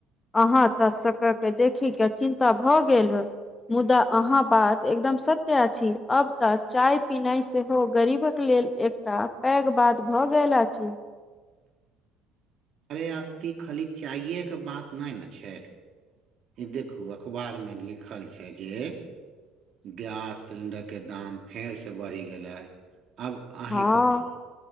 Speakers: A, on the left; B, on the right.
A: अहाँ तऽ शक्कर केँ देखी कऽ चिन्ता भऽ गेल हे मुदा अहाँ बात एकदम सत्य अछी अब तऽ चाय पीनाइ सेहो गरीब कऽ लेल तऽ पैघ बात भए गेला अछि
B: अरे आरती खाली चाइेके बात नहि ने छै। देखू अखबार मे लिखल छै जे गैस सिलेडर के दाम फेर से बढ़ि गेले अब अही
A: हँ
B: कहु